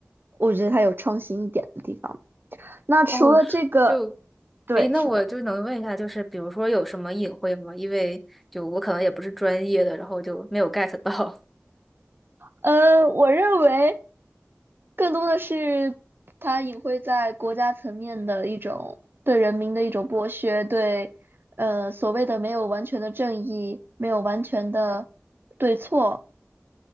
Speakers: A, on the right; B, in the centre.
A: 我觉得它有创新一点的地方。那除了这个，
B: 哦，是就
A: 对，
B: 诶，那我就能问一下，
A: 是的。
B: 就是比如说有什么隐晦吗？因为就我可能也不是专业的，然后就没有 get 到。
A: 呃，我认为更多的是它隐晦在国家层面的一种对人民的一种剥削，对呃所谓的没有完全的正义，没有完全的对错，